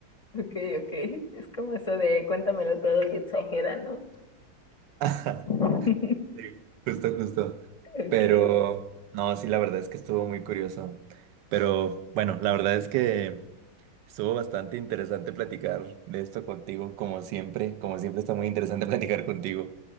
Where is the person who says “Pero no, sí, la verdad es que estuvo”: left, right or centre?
Right